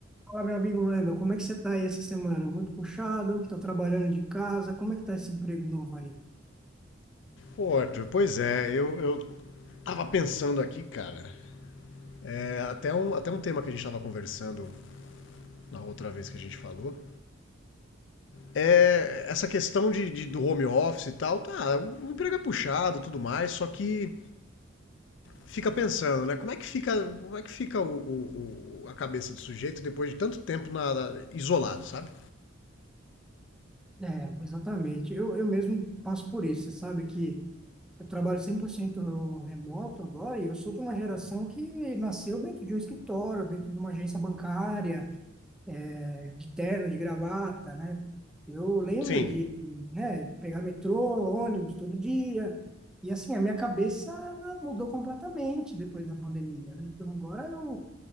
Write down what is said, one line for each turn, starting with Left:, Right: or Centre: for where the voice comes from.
Centre: Fala, meu amigo Wendel, como é que você tá aí essa semana? Muito puxado, tá trabalhando de casa, como é que tá esse emprego novo aí?
Left: Pô, Arthur, pois é, eu, eu tava pensando aqui, cara, é, até, um, até um tema que a gente tava conversando na outra vez que a gente falou, é essa questão de, de- do home office e tal, tá, o emprego é puxado e tudo mais, só que fica pensando, né, como é que fica, como é que fica o, o- o- a cabeça do sujeito depois de tanto tempo na- na- isolado, sabe?
Centre: É, exatamente. Eu, eu mesmo passo por isso. Você sabe que eu trabalho 100% remoto agora e eu sou de uma geração que nasceu dentro de um escritório, dentro de uma agência bancária, é, de terno, de gravata, né? Eu lembro
Left: Sim.
Centre: de, né, de pegar metrô, ônibus todo dia. E assim, a minha cabeça ela mudou completamente depois da pandemia, né? Então agora eu